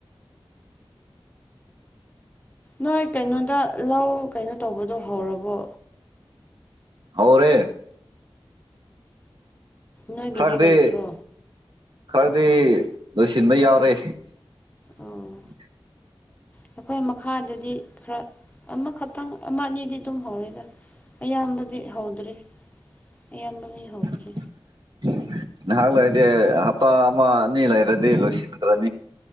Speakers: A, on the left (about 15°); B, on the right (about 55°).
A: ꯅꯣꯏ ꯀꯩꯅꯣꯗ ꯂꯧ ꯀꯩꯅꯣ ꯇꯧꯕꯗꯣ ꯍꯧꯔꯕꯣ
B: ꯍꯧꯔꯦ
A: ꯅꯣꯏꯒꯤꯗꯤ
B: ꯈꯔꯗꯤ
A: ꯂꯩꯇ꯭ꯔꯣ
B: ꯈꯔꯗꯤ ꯂꯣꯏꯁꯤꯟꯕ ꯌꯥꯎꯔꯦ
A: ꯑꯣ
B: <unintelligible>
A: ꯑꯩꯈꯣꯏ ꯃꯈꯥꯗꯗꯤ ꯈꯔ ꯑꯃꯈꯛꯇꯪ ꯑꯃ ꯑꯅꯤꯗꯤ ꯑꯗꯨꯝ ꯍꯧꯔꯤꯗ ꯑꯌꯥꯝꯕꯗꯤ ꯍꯧꯗ꯭ꯔꯤ ꯑꯌꯥꯝꯕ
B: <unintelligible>
A: ꯃꯤ ꯍꯧꯗ꯭ꯔꯤ
B: ꯉꯍꯥꯛ ꯂꯩꯔꯗꯤ ꯑꯩ ꯍꯥꯞꯇ ꯑꯃ ꯑꯅꯤ ꯂꯩꯔꯗꯤ ꯂꯣꯏꯁꯤꯟꯈ꯭ꯔꯅꯤ